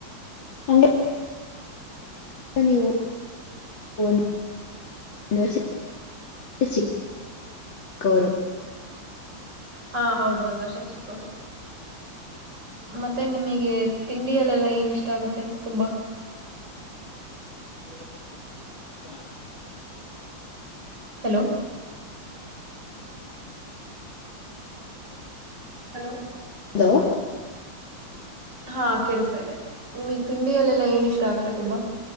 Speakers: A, on the left; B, on the right.
A: ಹಂಗೆ ನೀವು <unintelligible> ಗೌರವ <unintelligible>
B: ಹಾ ಹೌದು ಒಂದ್ ವರ್ಷ ಚಿಕ್ಕೋಡು <unintelligible> ಮತ್ತೆ ನಿಮಗೆ ತಿಂಡಿಯಲ್ಲೆಲ್ಲ ಏನ ಇಷ್ಟ ಆಗುತ್ತೆ ತುಂಬಾ
A: ಹ ಹ
B: ಹಲೋ ಹಲೋ
A: ಹಲೋ
B: ಹಾ ಕೆಡಿಸ್ತಾ ಇದೆ ನಿಮಗ್ ತಿಂಡಿಯಲ್ಲೆಲ್ಲಾ ಏನ ಇಷ್ಟ ಆಗತ್ತೆ ತುಂಬಾ